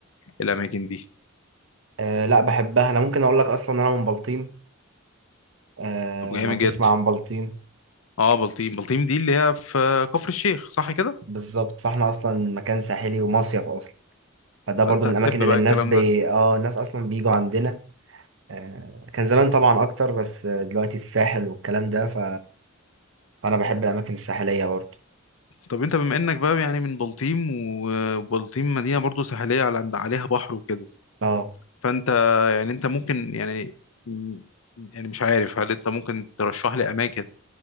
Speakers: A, on the left (about 80°); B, on the right (about 65°).
A: الأماكن دي
B: أه لا بحبها أنا ممكن أقول لك أصلا أنا من بلطيم أه
A: طب جامد
B: لو تسمع
A: جدا
B: عن بلطيم
A: اه بلطيم بلطيم دي اللي هي في كفر الشيخ صح كده
B: بالظبط فاحنا أصلا مكان ساحلي ومصيف أصلا فده
A: فانت
B: برضو من
A: هتحب
B: الأماكن اللي
A: بقى
B: الناس
A: الكلام
B: بي...
A: ده
B: اه الناس أصلا بيجوا عندنا آه، كان زمان طبعا أكتر بس آه، دلوقتي الساحل والكلام ده ف... فأنا بحب الأماكن الساحلية برضو
A: طب انت بما انك بقى يعني من بلطيم و- وبلطيم مدينة برضو ساحلية على عند عليها بحر وكده
B: اه
A: فانت يعني انت ممكن يعني يعني مش عارف هل انت ممكن ترشح لي اماكن